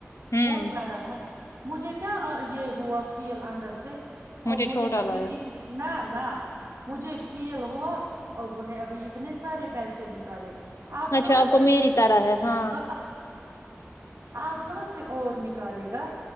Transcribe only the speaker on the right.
وہ بھی بڑ رہا تھا مجھے کیا یہ ہوا فیل اندر سے
اب
نے ابھی
ا نہ نہ مجھے فیل ہو ہوا اور ب نے ابھی اتنے سے پیسے نکالے آپ
کہاں
سے
آ آپ کہاں سے اور نکالے گا